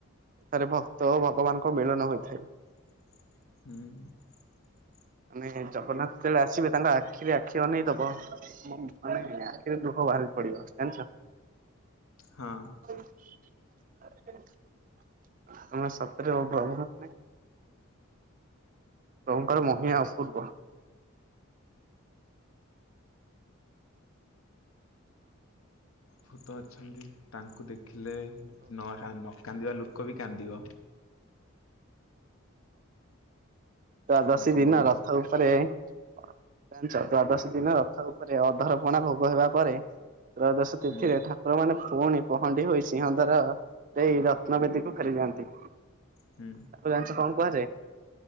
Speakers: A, on the right; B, on the left.
A: ଏଥେରେ ଭକ୍ତ ଓ ଭଗବାନଙ୍କ ମିଳନ ହୋଇଥାଏ।
B: ହୁଁ।
A: ମାନେ ଜଗନ୍ନାଥ ଯେେବେଳେ ଆସିବେ, ତାଙ୍କ ଆଖିରେ ଆଖି ଅନେଇଦବ ମାନେ ଆଖିରେ ଦୁଃଖ ବାହାରି ପଡିବ, ଜାଣିିଚ?
B: ହଁ
A: <unintelligible> ତମେ ସତରେ ଓ ପ୍ରଭୁଙ୍କୁ ମାନେ ପ୍ରଭୁଙ୍କର ମହିଆ ଅପୂର୍ବ।
B: ଭୂତ ଅଛନ୍ତି, ତାଙ୍କୁ ଦେଖିଲେ ନ ନ କାନ୍ଦିବା ଲୋକ ବି କାନ୍ଦିବ।
A: ଦ୍ୱାଦଶୀ
B: ତାଙ୍କ
A: ଦିନ
B: ମହିମା
A: ରଥ
B: ସେତିକି
A: ଉପରେ ଜାଣିଚ, ଦ୍ଵାଦଶ ଦିନ ରଥ ଉପରେ ଅଧର ପଣା ଭୋଗ ହେବା ପରେ ତ୍ରୟୋଦଶୀ ତିଥିରେ
B: ହୁଁ
A: ଠା ଠାକୁର ମାନେ ପୁଣି ପହଣ୍ଡି ହୋଇ ସିଂହ ଦାର ଦେଇ ରତ୍ନବେଦୀକୁ ଫେରିଯାଆନ୍ତି।
B: ହୁଁ
A: ତାକୁ ଜାଣିଚ କଣ କୁହାଯାଏ?